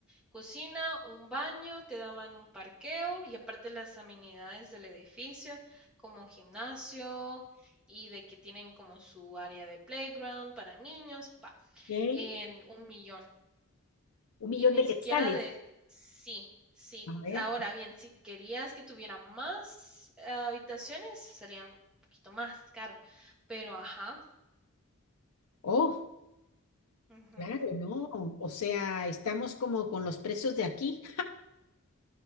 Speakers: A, in the centre; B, on the left.
A: cocina, un baño, te daban un parqueo y aparte las amenidades del edificio como gimnasio y de que tienen como su área de playground para niños, va,
B: ok.
A: en un millón.
B: Un millón
A: Y ni
B: de
A: siquiera
B: quetzales.
A: de, sí, sí.
B: A ver.
A: Ahora bien, si querías que tuviera más eh, habitaciones, sería un poquito más caro. Pero, ajá,
B: Oh,
A: ujú,
B: claro, no. O sea, estamos como con los precios de aquí.